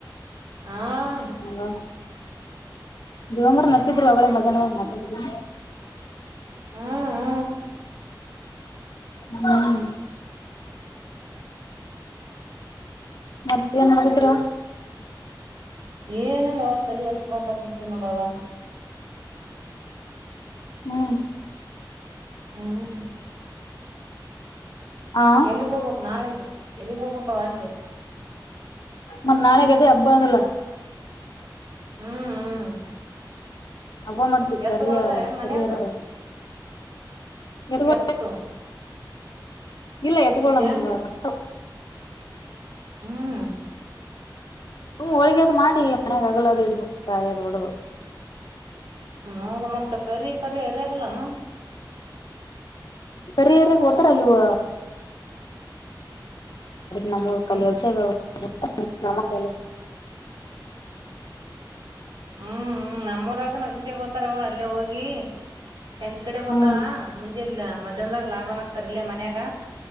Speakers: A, on the right; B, on the left.
A: ಹಾಂ.
B: ಹಂಗ ದಿವಂಗರ್ ನಚ್ಚಿದ್ರು ಅವಗ್ಳೆ ಮಧ್ಯಾಹ್ನ ಮಾತಾಡಿದ್ರು.
A: ಹ್ಮ್ ಹ್ಮ್
B: ಹ್ಮ್. ಮತ್ತೇನ್ ಮಾಡಾಕತ್ತಿರವ.
A: ಏನಿಲ್ಲ ಅವ ತಲೆ ಹೊಸ್ಕೊಂತ ಕುಂತಿನ್ ನೋಡವ.
B: ಹ್ಮ್.
A: ಹ್ಮ್.
B: ಆ
A: ಎಲ್ಲಿಗ್ ಹೋಬೊಕ್ ನಾಳೆಗೆ ಎಲ್ಲಿ ಹೋಗ್ಬಕ್ಕವ ಅಂದೆ.
B: ಮನ್ ನಾಳೆಗೆ ಅದೆ ಹಬ್ಬ್ ಅದಲ್ಲ.
A: ಹ್ಮ್ ಹ್ಮ್.
B: ಹಬ್ಬ ಮಾಡ್ತೀವಿ
A: ಎತ್ಗೊಳದ್
B: ಕರಿಯ
A: ಏನ್ ಮನ್ಯಾಗ
B: ಕರಿಯರ ಎತ್ಗೋ
A: ಎತ್ತು.
B: ಇಲ್ಲ ಎತ್ಗೊಳ್
A: ಮತ್
B: ನಮ್ಗ
A: ಹೆಂಗ
B: ಅಕ್ಕ.
A: ಹ್ಮ್.
B: ಹ್ಮ್ ಹೋಳ್ಗೆದ್ ಮಾಡಿ ಮನ್ಯಾಗಾಗಲ್ಲ ಅದು ಹಿಡಿಬೊಕ್ <unintelligible>
A: ಮುಗ್ ಮತ್ತೆ ಕರಿ ಪರಿ ಎರಿಯದಿಲ್ಲೆನ.
B: ತರಿಎರಿಯಕ್ ಓತ್ತರ ನೀವು. ನಮ್ಮೂರ್
A: ಹ್ಮ್
B: ಕಲ್ಯೊಚಿಗ <unintelligible>
A: ಹ್ಮ್ ಹ್ಮ್ ನಮ್ಮೂರಾಗ ನಗ್ಷಿಯ ಗೊತ್ತಾರ್ ಅವ ಅಲ್ಲೇ ಹೋಗೀ ಸಂಜ್ ಕಡೆ
B: ಹ್ಮ್
A: ಓತಾವ. ಮುಂಜೆಲ್ಲ ಮಧ್ಯಾಹ್ನದಾಗ್ ಲಾಭನ್ ಆಗ್ತಾರ ಇಲ್ಲ ಮನ್ಯಾಗ